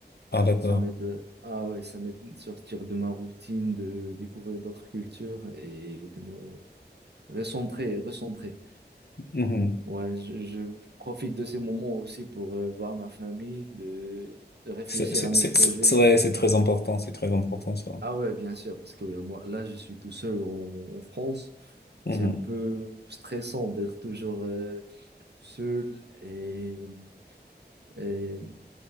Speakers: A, on the left (about 65°); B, on the right (about 75°).
A: Ah, d'accord.
B: Ça m'aide, euh, ah ouais, ça m'aide de sortir de ma routine, de découvrir d'autres cultures et de me recentrer, recentrer.
A: Mhm.
B: Ouais, je, je- je profite de ces moments aussi pour euh, voir ma famille, de, de réfléchir
A: C'est, c'est,
B: à mes
A: c'est,
B: projets.
A: c'est- ouais, c'est très important, c'est très important, ça.
B: Ah ouais, bien sûr, parce que euh, moi, là, je suis tout seul en, en France.
A: Mhm.
B: C'est un peu stressant d'être toujours euh, seul et, et